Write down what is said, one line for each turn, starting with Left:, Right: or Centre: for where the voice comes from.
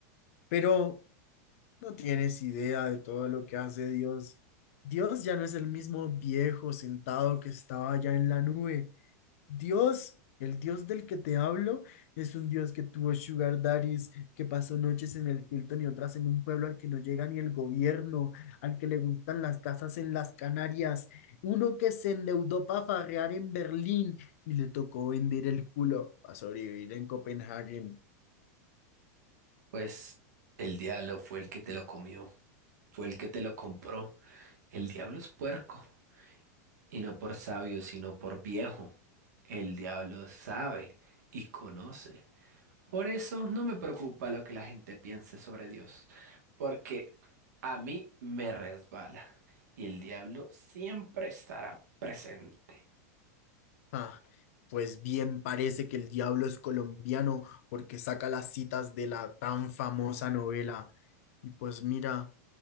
Left: Pero no tienes idea de todo lo que hace Dios. Dios ya no es el mismo viejo sentado que estaba allá en la nube. Dios, el Dios del que te hablo, es un Dios que tuvo sugar daddies, que pasó noches en el Hilton y otras en un pueblo al que no llega ni el gobierno, al que le gustan las casas en las Canarias, uno que se endeudó para farrear en Berlín y le tocó vender el culo para sobrevivir en Copenhague.
Right: Pues el diablo fue el que te lo comió, fue el que te lo compró. El diablo es puerco, y no por sabio, sino por viejo. El diablo sabe y conoce. Por eso no me preocupa lo que la gente piense sobre Dios, porque a mí me resbala, y el diablo siempre estará presente.
Left: Ah, pues bien parece que el diablo es colombiano porque saca las citas de la tan famosa novela. Y pues mira.